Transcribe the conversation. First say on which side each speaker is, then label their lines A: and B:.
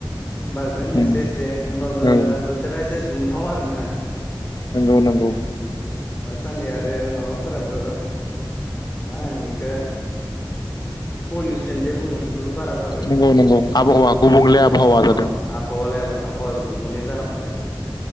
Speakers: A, on the left (about 25°); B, on the left (about 60°).
A: बारदों
B: उम
A: एसे एसे होमबाबो
B: औ
A: बोथोरा एसे एसे दुंहाव आरोना
B: नोंगौ नंगौ
A: दासान्दि आरो माबाफोराबो मा होनो इखो पल्युसन बुङो बेफोरबो बारा जाबायना
B: नंगौ नंगौ आबहावा गुबुंले आबहावा
A: अ
B: जादों
A: आबहायालाय आबहावायाबो गुबुंले जालांबाय